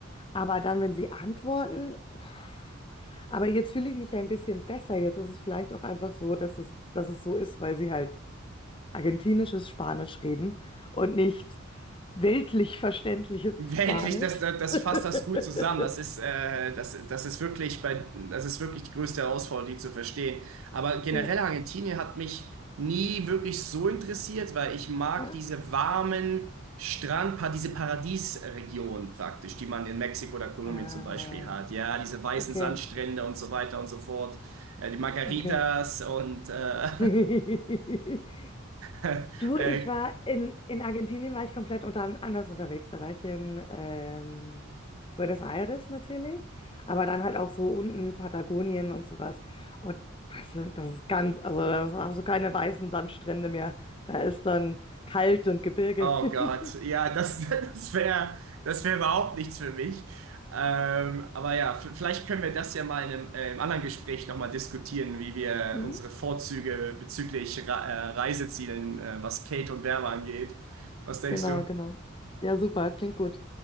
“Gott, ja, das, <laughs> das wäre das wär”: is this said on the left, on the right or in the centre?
Right